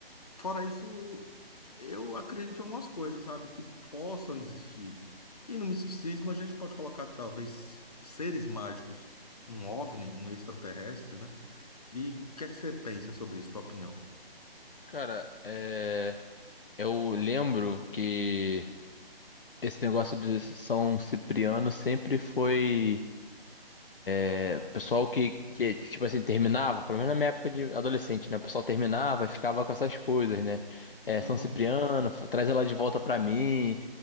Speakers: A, on the left (about 40°); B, on the left (about 60°).
A: Fora isso, eu acredito em algumas coisas, sabe, que possam existir. E no misticismo a gente pode colocar talvez seres mágicos, um OVNI, um extraterrestre, né? E o que é que você pensa sobre isso, tua opinião?
B: Cara, é... eu lembro que esse negócio de São Cipriano sempre foi é, pessoal que, que, tipo assim, terminava, pelo menos na minha época de adolescente, né? O pessoal terminava e ficava com essas coisas, né? É,
A: Uhum.
B: São Cipriano, f- traz ela de volta pra mim.